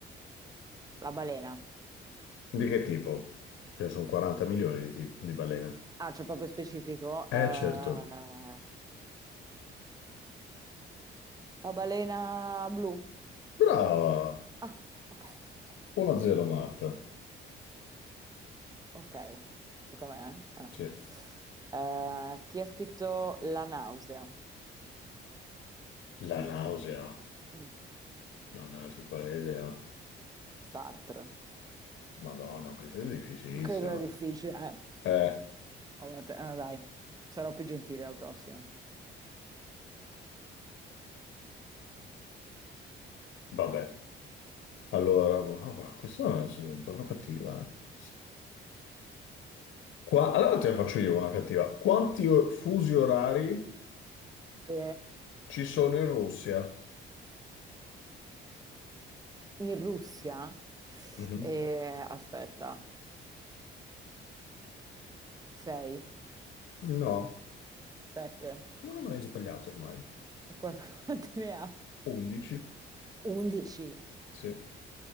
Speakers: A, on the right; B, on the left.
A: La balena.
B: Di che tipo? Ce ne sono 40 milioni di, tip- di balene.
A: Ah, c'è proprio specifico.
B: Eh,
A: eh,
B: certo.
A: La balena blu.
B: Brava!
A: Ah, ok, ottimo.
B: 1 a 0 Marta.
A: Ok, tocca a me. eh?
B: Sì.
A: Ah. Eh, chi ha scritto La nausea?
B: La nausea.
A: Mm,
B: Non è super idea.
A: Sartre.
B: Madonna, questa è difficilissima.
A: Questo è difficile, eh?
B: Eh,
A: Oh, vabbè, eh, dai, sarò più gentile la prossima.
B: vabbè. Allora, ah, guarda, questa è una- è proprio cattiva. eh. Qua- allora te ne faccio io una cattiva. Quanti o- fusi orari
A: Sì.
B: ci sono in Russia?
A: In Russia,
B: Mhm.
A: eh, aspetta, 6,
B: No,
A: 7,
B: no, no, hai sbagliato ormai.
A: <laughs> quanti ne ha?
B: 11?
A: 11.
B: Sì.